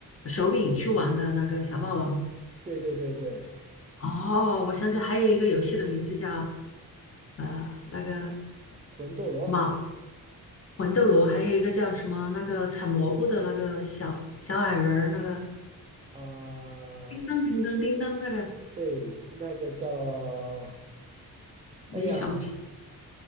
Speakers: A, on the left; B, on the right.
A: 手柄去玩的那个小霸王。
B: 对对对对，
A: 哦，我想起还有一个游戏的名字叫呃那个
B: 魂斗罗，
A: 马魂斗罗，还有一个叫什么那个采蘑菇的那个小小矮人儿，那个
B: 啊，
A: 叮当叮当叮当那个，
B: 对，那个叫，
A: 你也想不起。
B: 哎呀，
A: 来。